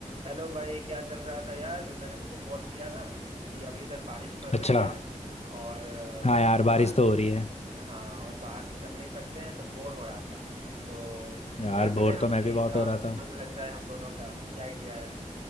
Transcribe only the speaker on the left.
अच्छा
हाँ यार बारिश
तो हो रही है
यार
बोर
तो मैं
भी बहुत
हो रहा था